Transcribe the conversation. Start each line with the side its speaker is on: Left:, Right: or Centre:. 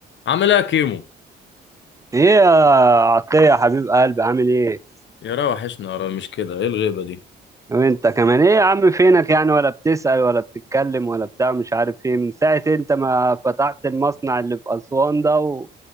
Left: عامل ايه يا كيمو
Right: ايه يا عطية يا حبيب قلبي عامل ايه؟
Left: يا را وحشنا يا را مش كده ايه الغيبة دي
Right: وانت كمان ايه يا عم فينك يعني ولا بتسأل ولا بتتكلم ولا بتاع مش عارف ايه من ساعة انت ما فتحت المصنع اللي في أسوان ده